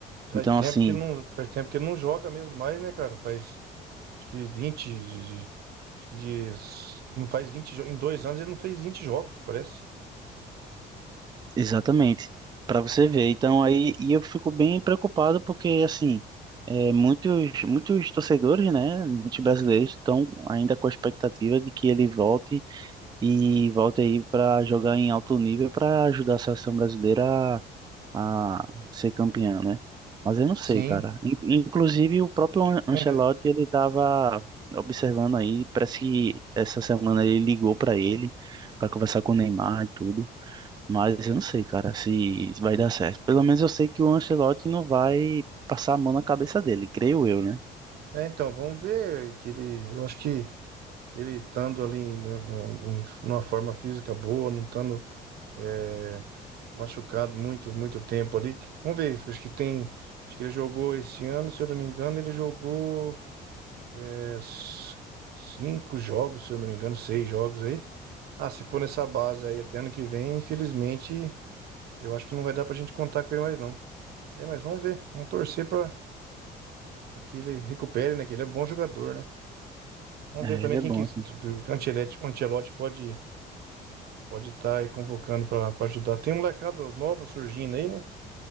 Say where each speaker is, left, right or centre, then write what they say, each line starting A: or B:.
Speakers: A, on the right (about 70°); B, on the right (about 25°).
A: faz
B: Então,
A: tempo
B: assim,
A: que ele não, faz tempo que ele não joga mesmo mais, né, cara? Faz acho que 20, de- acho que de- não faz 20 jo- em dois anos ele não fez vinte jogos, parece.
B: Exatamente, para você ver. Então aí e eu fico bem preocupado porque assim, é, muitos muitos torcedores, né, muitos brasileiros estão ainda com a expectativa de que ele volte e volte aí para jogar em alto nível para ajudar a seleção brasileira a, a ser campeã, né? Mas eu não sei,
A: Sim,
B: cara. In- Inclusive o próprio An- Ancelotti
A: vamos ver.
B: ele estava observando aí, parece que essa semana ele ligou para ele para conversar com o Neymar e tudo. Mas eu não sei, cara, se isso vai dar certo. Pelo menos eu sei que o Ancelotti não vai passar a mão na cabeça dele, creio eu, né?
A: É, então, vamos ver que ele, eu acho que ele estando ali né, em, numa forma física boa, não estando é, machucado muito, muito tempo ali. Vamos ver, acho que tem. Acho que ele jogou esse ano, se eu não me engano, ele jogou é, s- cinco jogos, se eu não me engano, seis jogos aí. Ah, se for nessa base aí até ano que vem, infelizmente, eu acho que não vai dar pra gente contar com ele mais não. É, mas vamos ver, vamos torcer pra, pra que ele recupere, né? Que ele é bom jogador, né? Vamos
B: É,
A: ver também
B: ele é
A: quem
B: bom,
A: que o
B: assim.
A: Ancelotti, o Ancelotti pode pode estar aí convocando pra pra ajudar. Tem um molecada nova surgindo aí, né?